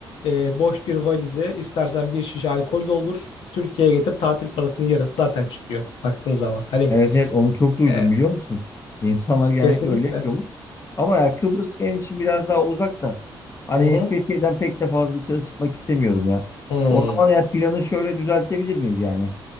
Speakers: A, on the left (about 80°); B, on the left (about 35°).
A: e, boş bir valize istersen bir şişe alkol doldur. Türkiye'ye getir tatil parasının yarısı zaten çıkıyor baktığın zaman. Hani
B: Evet evet onu çok duydum
A: e,
B: biliyor musun? İnsanlar genellikle
A: kesinlikle.
B: öyle yapıyormuş. Ama ya Kıbrıs benim için biraz daha uzak da. Hani
A: Hı hı.
B: Fethiye'den pek de fazla dışarı çıkmak istemiyorum ya.
A: Hmm,
B: O zaman ya planı şöyle düzeltebilir miyiz yani?